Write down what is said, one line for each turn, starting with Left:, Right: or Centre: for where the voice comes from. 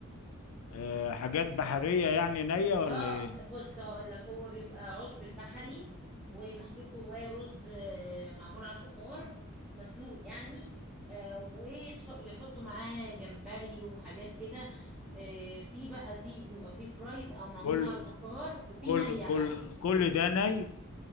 Left: آه، حاجات بحرية يعني نية ولا
Centre: اه
Left: ايه
Centre: بص هقول لك هو بيبقى عشب البحري ومحطوط جواه رز آه، معمول على البخار مسلوق يعني آه، ويحطوا معاه جمبري وحاجات كده آه، في بقى دي بيبقى فيه فرايد او معمول
Left: كل
Centre: على البخار وفي
Left: كل
Centre: نية
Left: كل
Centre: بقى
Left: كل ده ني